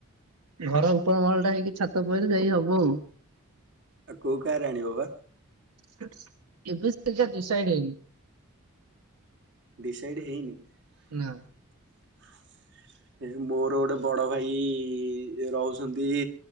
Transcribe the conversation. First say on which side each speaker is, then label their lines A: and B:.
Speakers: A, on the right; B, on the right.
A: ଘର ଉପରେ। <unintelligible> <unintelligible> ହେଇକି ଛାତ ପଇଲେ ଯାଇ ହବ ଆଉ।
B: ଆଉ କୋଉ କାର ଆଣିବ ବା।
A: <unintelligible> ଡିସାଇଡ ହେଇନି।
B: ଡିସାଇଡ ହେଇନି।
A: ନା
B: ମୋର ଗୋଟେ ବଡ ଭାଇ ରହୁଛନ୍ତି